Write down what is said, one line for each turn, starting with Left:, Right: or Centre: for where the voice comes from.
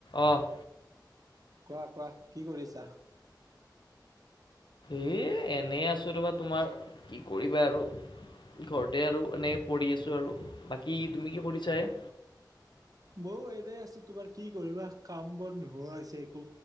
Left: Off
Right: কোৱা কোৱা কি কৰিছা
Left: এ এনে আছো ৰপা তোমাৰ কি কৰিবা আৰু ঘৰতে আৰু এনেই পৰি আছোঁ আৰু বাকী তুমি কি কৰিছা হে
Right: ময়ো এনে আছো তোমাৰ কি কৰিবা কাম বন নোহোৱা হৈছে একো